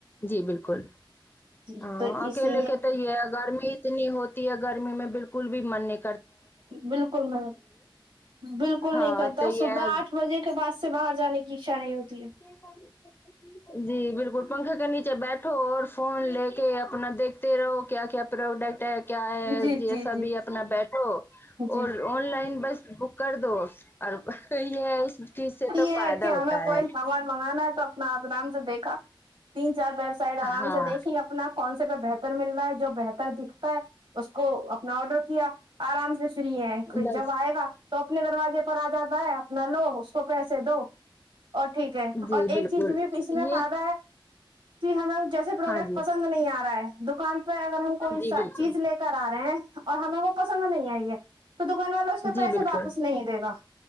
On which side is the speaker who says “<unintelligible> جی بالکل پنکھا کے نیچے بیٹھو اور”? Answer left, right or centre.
Left